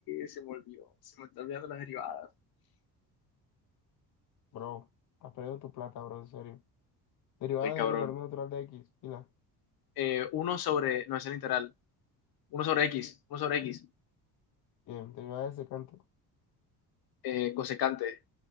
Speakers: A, on the left; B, on the left.
A: se me olvidó, se me está olvidando las derivadas.
B: bro. Estás perdiendo tu plata, bro, en serio. Derivada
A: Estoy cabrón.
B: del logaritmo natural de X. Pila.
A: Eh, 1 sobre, no es el integral, uno sobre x, uno sobre x.
B: Bien, derivada de secante.
A: eh, cosecante.